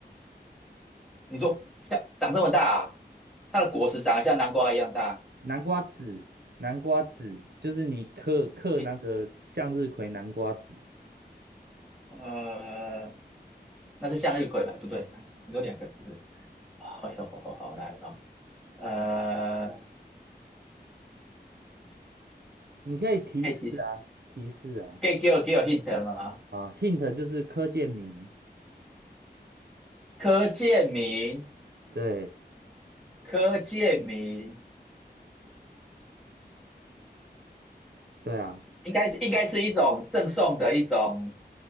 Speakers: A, in the centre; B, on the right.
A: 你说像长这么大啊它的果实长得像南瓜一样大。
B: 南瓜子，南瓜子，就是你嗑嗑那个向日葵南瓜籽。
A: 诶，呃，那是向日葵吗？不对，你说两个字。哎呦，好难哦。呃，
B: 你可以提示啊，
A: 可以提，示？
B: 提示啊，
A: 可以给我给我 hint 吗？
B: 啊，hint 就是柯建铭，
A: 柯建明。
B: 对，
A: 柯建明
B: 对啊，
A: 应该应该是一种赠送的一种，